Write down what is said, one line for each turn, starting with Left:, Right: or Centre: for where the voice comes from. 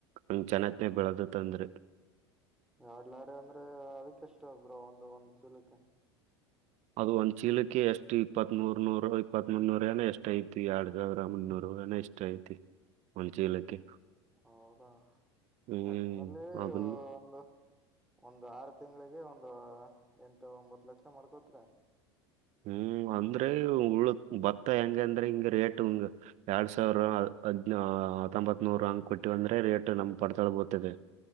Right: ಹಂಗ್ ಚೆನ್ನತ್ನೇ ಬೆಳದತ್ಂದ್ರೆ.
Centre: ಎಡ್ಲಾರಿ ಅಂದ್ರೆ ಅದಕ ಎಸ್ಟ್ ಬ್ರೋ ಒಂದು ಒಂದ್ ಚೀಲಕ್ಕೆ.
Right: ಅದು ಒಂದ್ ಚೀಲಕ್ಕೆ ಎಷ್ಟು ಇಪ್ಪತ್ತಮೂರ್ ನೂರು ಇಪ್ಪತ್ ಮುನ್ನೂರ ಏನ ಎಷ್ಟ ಐತಿ ಎರಡ್ ಸಾವಿರ ಮುನ್ನೂರು. ಹೋಗನ ಇಷ್ಟ ಐತಿ. ಒಂದು ಚೀಲಕ್ಕೆ
Centre: ಹೌದಾ
Right: ಹ್ಮ್
Centre: ಒಟ್ನಲ್ಲಿ
Right: ಅದನ್ನ
Centre: ಒಂದು. ಒಂದ್ ಆರು ತಿಂಗಳಿಗೆ ಒಂದು ಎಂಟು ಒಂಬತ್ತ ಲಕ್ಷ ಮಾಡ್ಕೋತಿರ.
Right: ಹ್ಮ್ ಅಂದ್ರೆ ಉಳ ಭತ್ತ ಹೆಂಗ ಅಂದ್ರೆ ಹಿಂಗ ರೇಟ್ ಹಂಗ ಎರಡ್ ಸಾವಿರ ಹದ್ನ ಹತ್ತೊಂಬತ್ ನೂರು ಹಂಕ ಕೊಟ್ಟಿವ ಅಂದ್ರೆ ರೇಟ್ ನಮ್ಗ್ ಪಡ್ತಾಳ ಬೀಳ್ತಿದೆ.